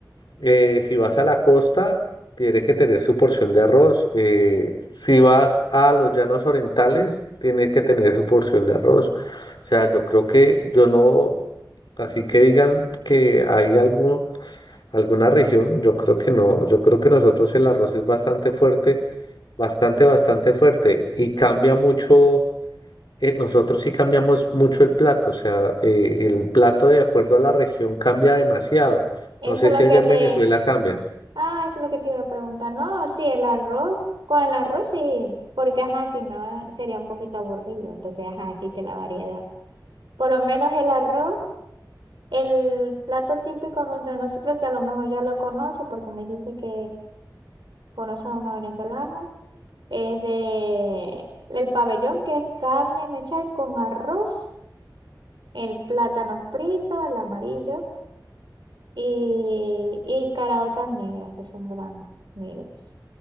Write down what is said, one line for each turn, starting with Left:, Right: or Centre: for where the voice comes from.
Left: Eh, si vas a la costa, tienes que tener su porción de arroz. Eh, si vas a los llanos orientales, tienes que tener su porción de arroz. O sea, yo creo que yo no, así que digan que hay algún, alguna región, yo creo que no. Yo creo que nosotros el arroz es bastante fuerte, bastante, bastante fuerte y cambia mucho. eh, nosotros sí cambiamos mucho el plato, o sea, eh, el plato de acuerdo a la región cambia demasiado.
Right: Eso
Left: No sé
Right: es
Left: si
Right: lo
Left: allá
Right: que te...
Left: en Venezuela cambia.
Right: Ah, eso es lo que te iba a preguntar. No, sí, el arroz. Con el arroz sí, porque ajá, si no sería un poquito aburrido. Entonces, ajá, existe la variedad. Por lo menos el arroz, el plato típico no- de nosotros, que a lo mejor ya lo conoce, porque me dijiste que conoces a una venezolana. Es de el pabellón, que es carne mechal con arroz, el plátano frito, el amarillo y, y caraotas negras, que son granos negros.